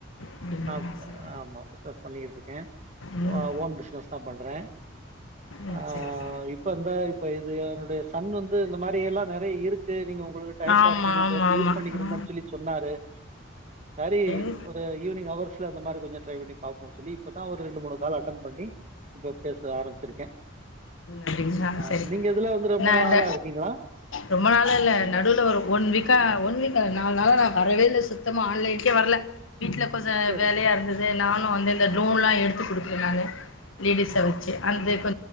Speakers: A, on the left; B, on the right.
A: அப்டிங்களா
B: நா
A: சரி
B: அ ஆமா பிசினஸ் பண்ணிகிட்டு இருக்கே
A: ம்
B: அ ஓன் பிசினஸ் தா பண்றே
A: ம்
B: ஆ
A: சரி சரி
B: இப் இப்ப இந்த இப்ப இது என்னுடைய சன் வந்து இந்த மாரி எல்லா நெறைய இருக்கு நீங்க உங்களுக்கு டைம்
A: ஆமா
B: பாசிங் இது
A: ஆமா
B: வந்
A: ஆமா
B: யூஸ் பண்ணிக்கிருங்கன்னு
A: ஆ
B: சொல்லி சொன்னாரு சரி
A: எங்
B: ஒரு இந்த ஈவினிங் ஹவர்ஸ்ல இந்த மாரி கெஞ்சோ ட்ரை பண்ணி பாப்போ சொல்லி இப்பதா ஒரு ரெண்டு மூணு கால் அட்டன் பண்ணி இப்ப பேச ஆரம்பிச்சிருக்கே
A: அப்டிங்களா
B: ஆ
A: சரி
B: நீங்க இதுல வந்து ரொம்ப
A: நா
B: நாளா
A: இத
B: இருக்கீங்களா
A: ரொம்ப நாளா இல்ல
B: இந்த
A: நடுல ஒரு ஒன் வீக் க்கா ஒன் வீக்கா நாலு நாளா நா வரவே இல்ல சுத்தமா ஆன்லைனுக்கே வரல வீட்ல கொஞ்சோ
B: சரி
A: வேலயாருந்தது து நானு வந்து இந்த ட்ரோன்லா எடுத்து குடுப்பே நானு லேடிஸ வச்சு அந்து இப்ப